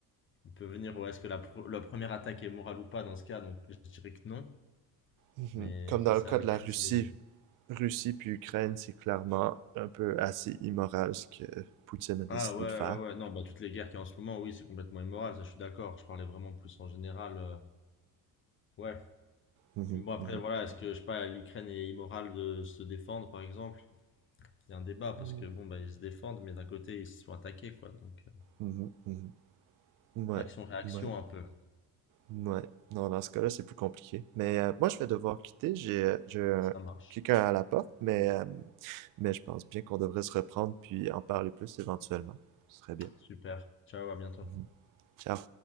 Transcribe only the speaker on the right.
mhm,
comme
dans
le cas
de la Russie,
Russie puis Ukraine, c'est clairement un peu assez immoral ce que Poutine a décidé
de faire.
Mhm,
mhm,
Mm.
mhm, mhm. Ouais.
Ouais.
Ouais. Non, dans ce cas-là, c'est plus compliqué. Mais euh, moi, je vais devoir quitter. J'ai euh, j'ai un-
quelqu'un à la porte, mais, euh, mais je pense bien qu'on devrait se reprendre puis en parler plus éventuellement. Ce serait bien.
Mhm. ciao